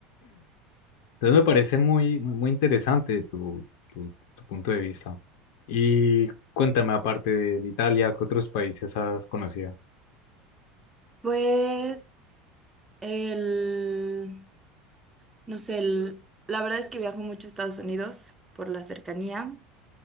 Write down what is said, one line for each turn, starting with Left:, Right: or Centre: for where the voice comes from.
Left: Entonces me parece muy, muy, muy interesante tu, tu, tu punto de vista. Y cuéntame, aparte de, de Italia, ¿qué otros países has conocido?
Right: Pues el, no sé, el- la verdad es que viajo mucho a Estados Unidos por la cercanía.